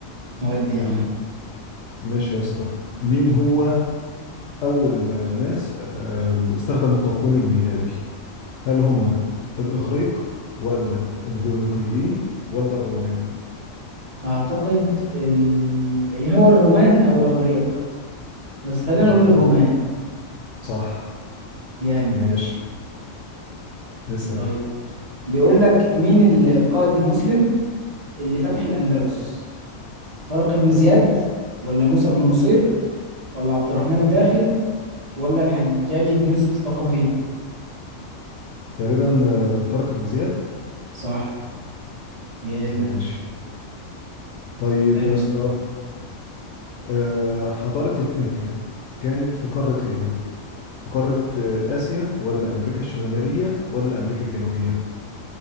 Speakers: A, on the right; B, on the left.
A: ودي يا عم
B: ماشي يا اسطى مين هو أول آه، ناس آه، استخدموا التقويم الميلادي هل هم الإغريق ولا الفينيقيين ولا الرومان
A: أعتقد ال... إيه هو الرومان أو الإغريق بس خلينا
B: اه
A: نقول
B: اختار
A: الرومان
B: بقى صح
A: جامد
B: ماشي اسأل
A: طيب بيقول لك مين ال- القائد المسلم اللي فتح الأندلس طارق بن زياد ولا موسى بن نصير ولا عبد الرحمن الداخل ولا الحجاج بن يوسف الثقفي
B: تقريبا آه، طارق بن زياد
A: صح جامد
B: ماشي طيب
A: اسألني.
B: يا اسطى آه، حضارة الإنكا كانت في قارة إيه؟ في قارة آه، آسيا ولا أمريكا الشمالية ولا أمريكا الجنوبية؟